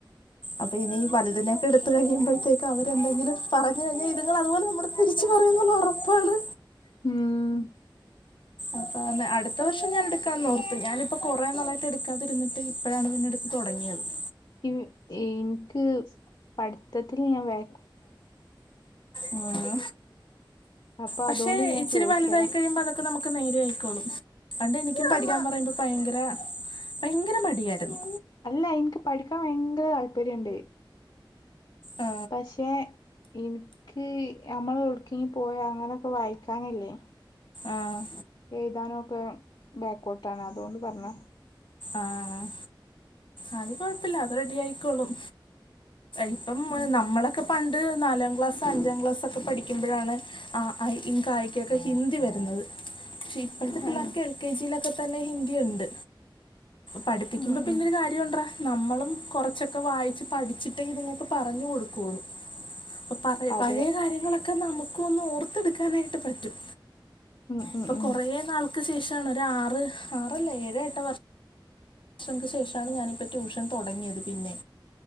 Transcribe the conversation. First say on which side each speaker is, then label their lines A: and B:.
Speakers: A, on the left; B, on the left.
A: അപ്പൊ ഇനി ഈ വലുതിനിനെയൊക്കെ എടുത്ത് കഴിയുമ്പോഴത്തേക്കും അവരെന്തെങ്കിലും പറഞ്ഞു കഴിഞ്ഞാൽ ഇതുങ്ങൾ അതുപോലെ നമ്മുടെ തിരിച്ച് പറയുന്ന ഒറപ്പാണ്
B: ഉം
A: അപ്പ അടുത്തവർഷം ഞാൻ എടുക്കാന്നോർത്ത് ഞാനിപ്പ കുറേ നാളായിട്ട് എടുക്കാതിരുന്നട്ട് ഇപ്പോഴാണ് പിന്നെ എടുത്ത് തൊടങ്ങിയത് <inaudible>
B: ഈ ഇനിക്ക് പഠിത്തത്തിൽ ഞാൻ വ
A: ഉം
B: അപ്പൊ
A: പക്ഷെ
B: അതുകൊണ്ട് ഞാൻ
A: ഇച്ചിരി
B: ചോദിച്ചതാ
A: വലുതായി കഴിയുമ്പോ അതൊക്കെ നമുക്ക് നേരെ ആയിക്കോളും പണ്ട് എനിക്കും പഠിക്കാൻ പറയുമ്പോ ഭയങ്കര ഭയങ്കര മടിയായിരുന്നു
B: അല്ല ഇന്ക്ക് പഠിക്കാൻ ഭയങ്കര താല്പര്യണ്ട്
A: ആ
B: പക്ഷെ ഇന്ക്ക് നമ്മൾ എവിടേക്കെങ്കിലും പോയ അങ്ങനെയൊക്കെ വായിക്കാനില്ലേ
A: ആഹ്
B: എഴുതാനും ഒക്കെ ബാക്കൊട്ട് ആണ് അതുകൊണ്ട് പറഞ്ഞ
A: ആഹ് അത് കൊഴപ്പില്ല അത് റെഡി ആയിക്കോളും ഇപ്പം
B: ഉം
A: നമ്മളെ ഒക്കെ പണ്ട് നാലാം ക്ലാസ് അഞ്ചാം ക്ലാസ്സൊക്കെ പഠിക്കുമ്പോഴാണ് ആഹ് ക ഖ യൊക്കെ ഹിന്ദി വരുന്നത് പക്ഷെ ഇപ്പോഴത്തെ പിള്ളേർക്ക്
B: ഏഹ്
A: എൽ കെ ജിയിലൊക്കെ തന്നെ ഹിന്ദി ഉണ്ട്. പഠിപ്പിക്കുമ്പോ
B: ഉം
A: പിന്നൊരു
B: ഉം
A: കാര്യ നമ്മളും കൊറച്ചൊക്കെ വായിച്ച് പഠിച്ചിട്ടേ ഇതുങ്ങൾക്ക് പറഞ്ഞു കൊടുക്കുവുള്ളൂ അപ്പൊ പഴ
B: അതെ
A: പഴയ കാര്യങ്ങളൊക്കെ നമുക്ക്‌ ഒന്ന് ഓർത്തെടുക്കാനായിട്ട് പറ്റും
B: ഉം
A: ഇപ്പൊ
B: ഉം ഉം
A: കൊറേ നാൾ ക്ക് ശേഷാണ് ആറ് ആറല്ല ഏഴ് എട്ട് വർഷ വർഷങ്ങൾക്ക് ശേഷം ണ് ഞാനിപ്പ ട്യൂഷൻ തൊടങ്ങിയത് പിന്നെ